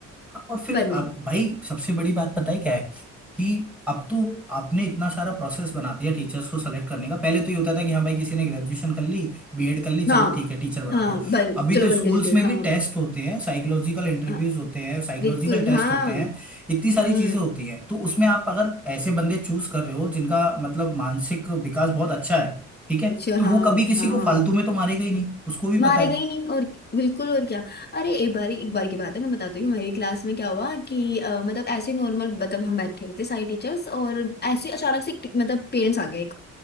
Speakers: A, in the centre; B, on the left.
A: हाँ, और फिर
B: पर नहीं
A: आप भाई सबसे बड़ी बात पता है क्या है कि अब तो आपने इतना सारा प्रोसेस बना दिया टीचर्स को सेलेक्ट करने का पहले तो ये होता था कि हाँ भाई किसी ने ग्रेजुएशन कर ली बीएड कर ली चलो
B: हाँ
A: ठीक है टीचर बना
B: हाँ
A: दो
B: बन
A: अभी
B: चलो
A: तो
B: बन
A: स्कूल्स
B: गया जटिल
A: में भी
B: हाँ
A: टेस्ट होते हैं साइकोलॉजिकल इंटरव्यूज
B: हाँ
A: होते हैं साइकोलॉजिकल
B: बिल्कुल
A: टेस्ट
B: हाँ
A: होते हैं
B: हम्म
A: इतनी सारी चीजें होती हैं तो उसमें आप अगर ऐसे बंदे चूज कर रहे हो जिनका मतलब मानसिक विकास बहुत अच्छा है ठीक है
B: अच्छा
A: तो वो
B: हाँ
A: कभी किसी
B: हाँ
A: को
B: हाँ
A: फालतू में तो मारेगा ही नहीं उसको भी
B: मारेगा
A: पता है
B: ही नहीं और बिल्कुल और क्या अरे एक बार एक बार की बात है मैं बताती हूँ हमारी क्लास में क्या हुआ कि अ, मतलब ऐसे नॉर्मल मतलब हम बैठे थे सारी टीचर्स और ऐसे अचानक से एक- मतलब पेरेंट्स आ गए एक